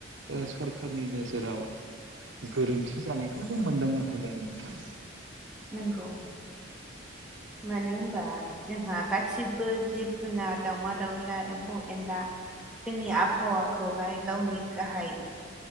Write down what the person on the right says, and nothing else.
ओ सरखारनि नोजोराव गोरोन्थि जानायखौ जों मोनदांनो हायो आरो नोंथां